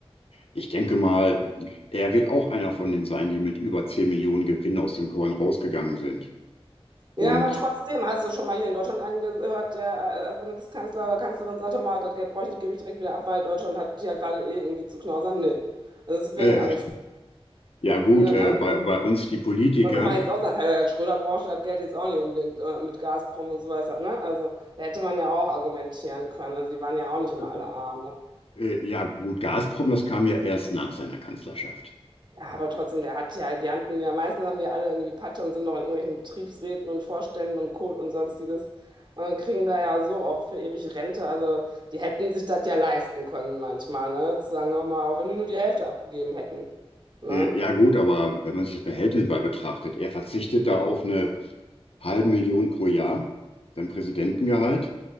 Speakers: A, on the left; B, on the right.
A: Ich denke mal, er wird auch einer von denen sein, die mit über 10 Millionen Gewinn aus dem Korn rausgegangen sind. Und
B: Ja, aber trotzdem, hast du schon mal hier in Deutschland angehört, der äh, als Bundeskanzler oder Kanzlerin sagt doch mal, das Geld brauche ich nicht, gebe ich direkt wieder ab, weil Deutschland hat ja gerade eh irgendwie zu knausern. Nee. Also deswegen,
A: äh,
B: also ich,
A: ja gut,
B: ne?
A: äh, bei, bei uns die Politiker,
B: Und guck mal, jetzt auch sagen, hey, Herr Schröder brauchte das Geld jetzt auch nicht unbedingt äh, mit Gazprom und so weiter, ne? Also da hätte man ja auch argumentieren können. Also die waren ja auch nicht immer
A: äh,
B: alle arm, ne?
A: äh, ja gut, Gazprom, das kam ja erst nach seiner Kanzlerschaft.
B: Ja, aber trotzdem, der hat ja, die hatten ja, meistens haben die alle irgendwie Patte und sind noch in irgendwelchen Betriebsräten und Vorständen und Kohl und sonstiges und kriegen da ja so auch für ewig Rente. Also die hätten sich das ja leisten können manchmal, ne? Zu sagen, hör mal, auch wenn die nur die Hälfte abgegeben hätten, ne?
A: Äh, ja gut, aber wenn man sich das Verhältnis mal betrachtet, er verzichtet da auf eine halbe Million pro Jahr, sein Präsidentengehalt.